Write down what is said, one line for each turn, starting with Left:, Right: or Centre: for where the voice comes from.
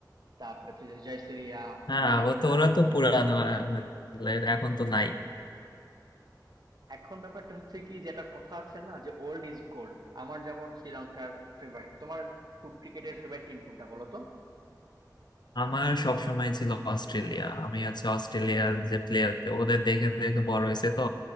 Right: তারপর হচ্ছে যে জয়সুরিয়া
Left: হ্যাঁ
Right: মালিঙ্গা
Left: ও তো ওরা তো পুরানো আহ, এখন তো নাই
Right: এখন ব্যাপারটা হচ্ছে কি যেটা কথা আছে না যে ওল্ড ইজ গোল্ড আমার যেমন শ্রীলঙ্কার ফেভারিট তোমার ফুট ক্রিকেটের ফেভারিট টিম কোনটা বলো তো
Left: আমার সব সময় ছিল অস্ট্রেলিয়া আমি হচ্ছে অস্ট্রেলিয়ার যে প্লেয়ার ওদের দেখে দেখে বড় হয়েছে তো